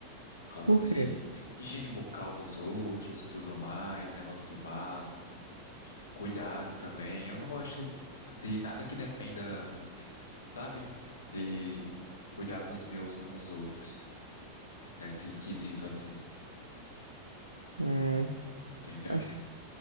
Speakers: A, on the left; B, on the right.
A: Por causa
B: Por
A: de
B: quê?
A: higiene bucal dos outros e tudo mais, negócio de bafo. cuidado também. Eu não gosto de nada que dependa, sabe? De cuidar dos meus com os outros, nesse quesito assim,
B: Hum,
A: entendeu?
B: acho,